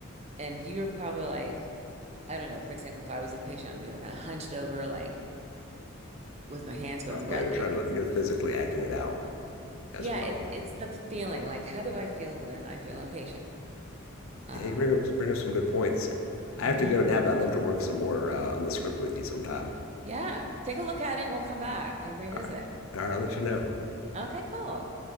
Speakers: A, on the right; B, on the left.
A: And you're probably like, I don't know. For example, if I was impatient, I'm, you know, kind of hunched over, like with my hands going,
B: Okay.
A: what
B: You're
A: lady?
B: trying to. You're physically acting it out as
A: Yeah,
B: well.
A: it's it's the feeling. Like, how do I feel when I feel impatient? Um,
B: Yeah. You bring up bring up some good points. I
A: mhm.
B: have to go now, but I'd love to work some more uh, on the script with you sometime.
A: Yeah. Take a look at it. We'll come back and revisit
B: All right.
A: it.
B: All right, I'll let you know.
A: Okay, cool.